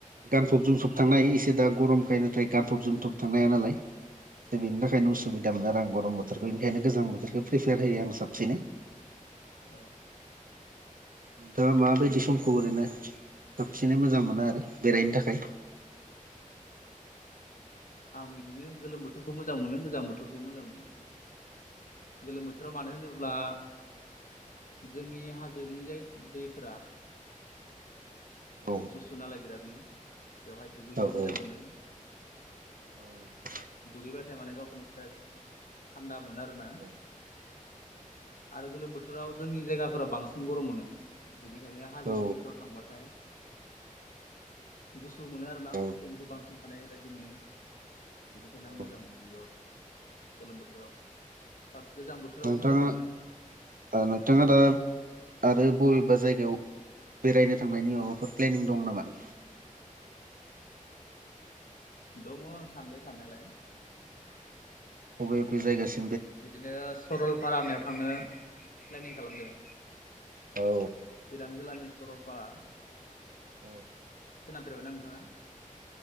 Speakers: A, on the right (about 85°); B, on the left (about 75°).
A: गानफब जोमफब थांनो हायो। एसे दा गरमखाय नाथाय गानफब जोमफब थांनो हाया नालाय दा बेनि थाखायनो उसुबिदा मोनो आरो आं गरम बोथोरखौ बेनिखायनो गोजां बोथोरखौ प्रिफेयार होयो आं साबसिनै। <inaudible>
B: औ
A: नोंथाङा माबायदि समखौ ओरैनो, साबसिनै मोजां मोनो आरो बेरायनो थाखाय?
B: आं बिदिनो गोलोम बोथोरखौ मोजां मोनो गोजां बोथोरखौ मोजां मोनो। गोलोम बोथोराव मानो होनोब्ला जोंनि हाजोनि जाय दैफोरा,
A: औ
B: गुसु नालाय बिरादनो बेवहाय दुगैहैनो
A: औ
B: मोजां
A: औ
B: मोनो।
A: औ नोंथां
B: दुगैबाथाय माने गावखौ फ्रेस थान्दा, मोनो आरोना?
A: औ
B: आरो गोलोम बोथोराव। जोंनि जायगाफोरा बांसिन गरम मोनो। बेनिखायनो हाजो
A: औ
B: गुरिफोराव थांबाथाय, गुसु मोनो आरोना
A: औ
B: अक्सिजेनखौ बांसिन थानाय बायदि मोनो। बिनिखायनो
A: औ
B: आं मोजां मोनो बे गोलोम बोथोराव। गोजां बोथोराव
A: नोंथाङा
B: मोजां मोनो
A: ओ नोंथाङा दा, आरो बबेबा जायगायाव बेरायनो थांनायनि माबाफोर प्लेनिं दं नामा? <inaudible>
B: दङ सानदो साननायालाय।
A: अबे अबे जायगासि
B: बिदिनो सरलपारानियाव थांनो प्लेनिं खालामदों।
A: औ
B: चिरां जिल्लानि सरलपारा।
A: औ
B: थांफेरबायना नोंथाङा?